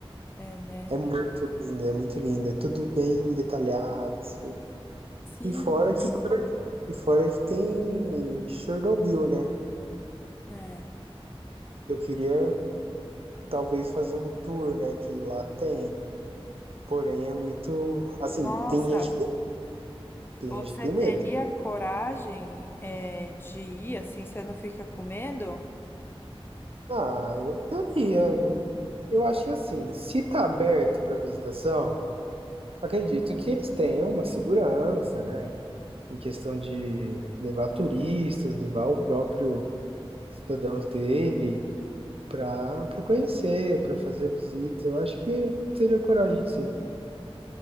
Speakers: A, on the left; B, on the right.
A: É, né?
B: É muito linda, é muito linda. É tudo bem detalhado, assim.
A: Sim,
B: E fora que, e fora que tem Chernobyl, né?
A: né?
B: Eu queria talvez fazer um tour, né? Que lá tem. Porém, é muito. Assim,
A: Nossa,
B: tem gente que tem, tem
A: você
B: gente que tem
A: teria
B: medo.
A: coragem, é, de ir assim, você não fica com medo?
B: Ah, eu teria. Não... Eu acho que assim, se tá aberto para visitação. Acredito que eles tenham uma segurança, né? Em questão de levar turistas, levar o próprio cidadãos dele para para conhecer, para fazer a visita. Eu acho que teria coragem, sim.